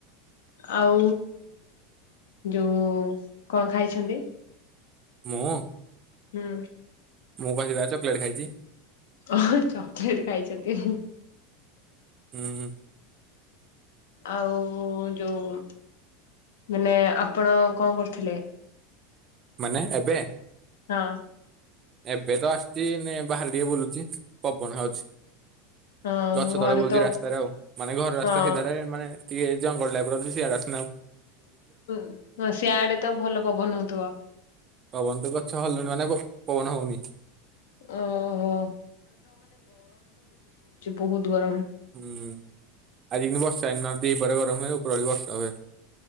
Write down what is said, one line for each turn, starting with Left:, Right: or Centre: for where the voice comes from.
Left: ଆଉ ଯୋଉ କଣ ଖାଇଛନ୍ତି।
Right: ମୁଁ
Left: ହୁଁ।
Right: ମୁଁ କହିଲି ବା ଚକଲେଟ୍ ଖାଇଛି।
Left: ଓ ଚକୋଲେଟ୍ ଖାଇଛନ୍ତି।
Right: ହୁଁ ହୁଁ।
Left: ଆଉ ଯୋଉ ମାନେ ଆପଣ କଣ କରୁଥିଲେ।
Right: ମାନେ ଏବେ
Left: ହଁ।
Right: ଏବେ ତ ଆସିଛି ମେ ବାହାରେ ଟିକେ ବୁଲୁଚି ପବନ ହଉଛି।
Left: ହଁ
Right: ଗଛ
Left: ମୁଁ ଘରେ
Right: ତଳେ ବୋଲୁଛି
Left: ତ
Right: ରାସ୍ତାରେ ଆଉ। ମାନେ ଘର ରାସ୍ତା
Left: ହଁ
Right: ସିଧାରେ ମାନେ ଟିକେ ଜଙ୍ଗଲ ଟାଇପ୍ ର ଅଛି ସିଆଡେ ଆସିକିନା
Left: ହୁଁ ହ ସିଆଡେ ତ ଭଲ ପବନ ହଉଥିବ।
Right: ପବନ ତ ଗଛ ହଲୁଣି ମାନେ ପବନ ହୋଉନି।
Left: ଓହୋ ବୋହୁତ ଗରମ।
Right: ହୁଁ ଆଜି କିିନ୍ତୁ ବର୍ଷା ହେଇନି ନହେଲେ ଦିଇପହରେ ଗରମ ହୁଏ, ଉପରଓଳି ବର୍ଷା ହୁଏ।